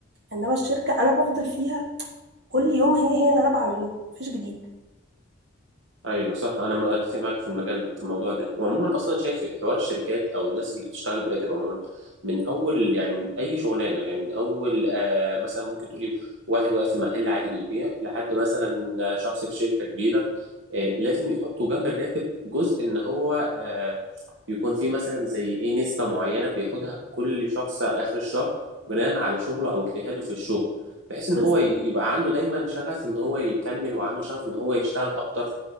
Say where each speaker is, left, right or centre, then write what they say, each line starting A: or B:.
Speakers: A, on the right; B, on the right.
A: انما الشركة انا بفضل فيها كل يوم هي هي اللي انا بعمله مفيش جديد
B: ايوه صح انا م- اتفق معاك في المجال في الموضوع ده وعموما اصلا شايف حوار الشركات او الناس اللي بتشتغل براتب عموما من اول يعني من اي شغلانه يعني من اول آه مثلا ممكن تقولي واحد واقف في محل عادي بيبيع لحد مثلا شخص في شركه كبيره آه لازم يحطوا جنب الراتب جزء ان هو آه يكون فيه مثلا زي ايه نسبه معينه بياخدها كل شخص اخر الشهر بناء على شغله او اجتهاده في الشغل بحيث ان
A: بالظبط
B: هو يبقى عنده دايما شغف ان هو يكمل وعنده شغف ان هو يشتغل اكتر